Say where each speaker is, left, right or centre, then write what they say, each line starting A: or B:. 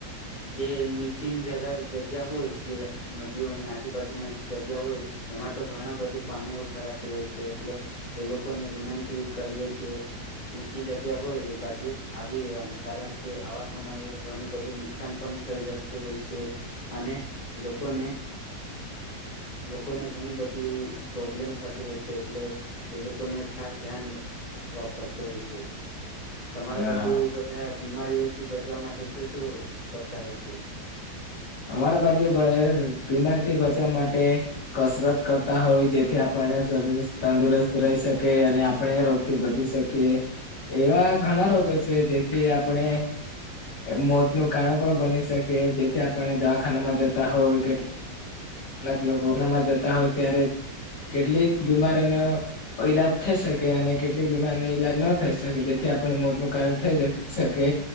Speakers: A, on the left (about 30°); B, on the left (about 75°).
A: જે નીચીન જ જગ્યા હોય તે નદીઓની આ આજુબાજુ ના જગ્યા હોય એમાં તો ઘણા બધું પાણીઓ ભરાતું હોય છે એટલે એ લોકોને વિનંતી કરીએ કે ઊંચી જગ્યા હોય એ બાજુ આવી રેવાનું કારણ કે આવા સમયે ઘણું બધું નુકસાન પણ થઈ જકતું હોય છે અને લોકોને લોકોને ઘણી બધી પ્રોબ્લેમ થતી હોય છે એટલે એ લોકોને ખાસ ધ્યાન અપ પટેું પ છે. તમારા
B: હા
A: બાજુ બધા બીમારીઓથી બચવા માટે શું શું કરતા હોય છે.
B: અમારા બાજુ બીમાર થી બચવા માટે કસરત કરતા હોય જેથી આપણને શરીર તંદુરસ્ત રહી શકે અને આપણે રોગ થી બચી શકે કે એવા ઘણા રોગો છે જેથી આપણે મોત નું કારણ પણ બની શકે જેથી આપણે દવાખાનામાં જતા હોય કે કેટલાક લોકો એનામાં જતા હોય ત્યારે કેટલીક બીમારીને ઈલાજ થઈ શકે અને કેટલીક બીમારીને ઈલાજ ન થઈ શકે જેથી આપણ મોત નું કારણ થઈ જ શકે.